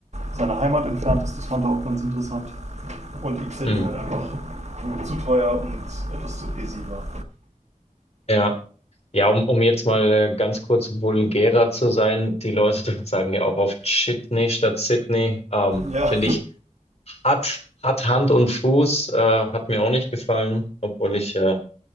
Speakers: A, on the right; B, on the left.
A: seiner Heimat entfernt ist, das fand er auch ganz interessant. Und Deep Sydney
B: Mhm.
A: halt einfach zu teuer und etwas zu busy war.
B: Ja. Ja, um, um jetzt mal äh, ganz kurz vulgärer zu sein, die Leute <laughs> dort sagen ja auch oft Shitney statt Sydney. Ähm,
A: Ja,
B: finde ich, hat, hat Hand und Fuß, äh, hat mir auch nicht gefallen, obwohl ich äh,